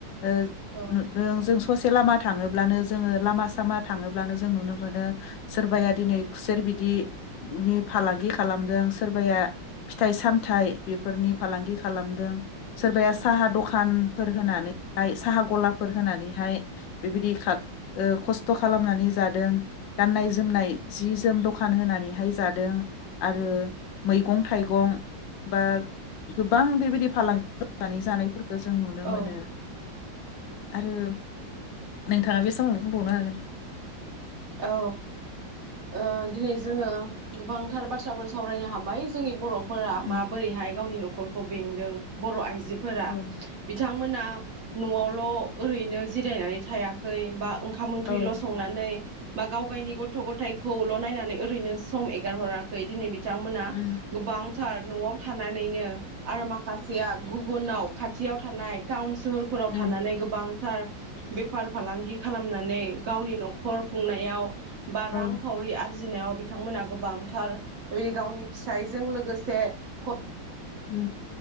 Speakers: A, on the left (about 80°); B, on the right (about 55°).
A: ओ
B: औ
A: नुदों जों ससे लामा थाङोब्लानो जोङो लामा सामा थाङोब्लानो जों नुनो मोनो सोरबाया दिनै खुसेर बिदिनि फालांगि खालामदों सोरबाया फिथाइ सामथाइ बेफोरनि फालांगि खालामदों सोरबाया साहा दखानफोर होनानै हाय साहा गला फोर होनानैहाय बेबायदि खा ओ खस्थ' खालामनानै जादों गाननाय जोमनाय जि जोम दखान होनानैहाय जादों आरो मैगं थाइगं बा गोबां बेबायदि फालांगि खालामनानै जानायफोर खो जों नुनो
B: औ
A: मोनो। आरो नोंथाङा बे समाव बुंबावनो हागोन
B: औ ओ दिनै जोङो गोबांथार बाथ्राफोर सावरायनो हाबाय जोंनि बर'फ फोरा
A: हागोन
B: माबोरैहाय गावनि नख न'खरखौ बेंदों बर' आइज जोफोरा
A: औ
B: बिथां थांमोना न'आवल ओरैनो जिरायनानै थायाखै बा ओंखाम ओंख्रिल
A: औ
B: संनानै बा गावगायनि गथ' गथायखौल नायनानै ओरैनो सम एगार हराखै दिनै बिद थांमोना
A: उम
B: गोबां थार न'आव थानानैनो आरो माखासेया गुबुनाव खाथियाव थानाय टाउन सोहोरफोराव
A: उम
B: थानानै गोबां थार बेफार फालांगि खालामनानै गावनि न'खर खुंनायाव। बा रां
A: औ
B: खावरि आर बुजिनायाव बिथांमोनहा गोबांथार बेबायदि गावनि फिसायजों लोगोसे ख
A: उम